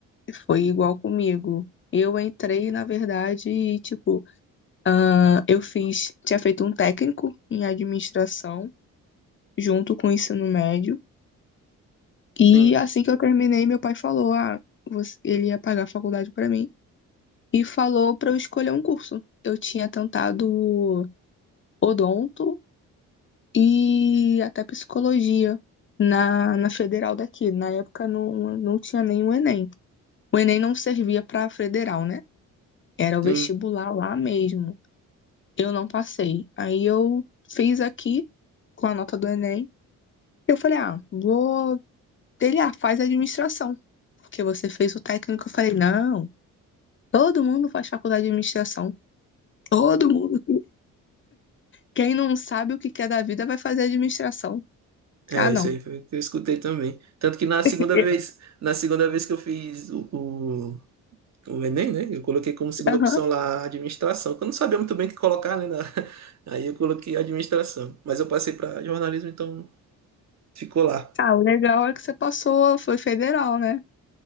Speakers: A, on the left (about 35°); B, on the right (about 50°).
A: Foi igual comigo. Eu entrei, na verdade, e, tipo, ah, eu fiz, tinha feito um técnico em administração junto com o ensino médio. E
B: Sim,
A: assim que eu terminei, meu pai falou, ah, você- ele ia pagar a faculdade pra mim e falou pra eu escolher um curso. Eu tinha tentado odonto e até psicologia na, na federal daqui. Na época não, não tinha nem o Enem. O Enem não servia pra federal, né? Era o
B: sim.
A: vestibular lá mesmo. Eu não passei. Aí eu fiz aqui com a nota do Enem. Eu falei, ah, vou. Ele, ah, faz administração. Porque você fez o técnico. Eu falei, não, todo mundo faz faculdade de administração. Todo mundo. Quem não sabe o que quer da vida vai fazer administração.
B: É,
A: Ah, não.
B: isso aí foi o que eu escutei também. Tanto que na segunda
A: <laughs>
B: vez, na segunda vez que eu fiz o, o, o Enem, né? Eu coloquei como segunda
A: Eu, aham.
B: opção lá a administração. que Eu não sabia muito bem o que colocar, né? na- <laughs> Aí eu coloquei administração. Mas eu passei para jornalismo, então ficou lá.
A: Ah, o legal é que você passou, foi federal, né?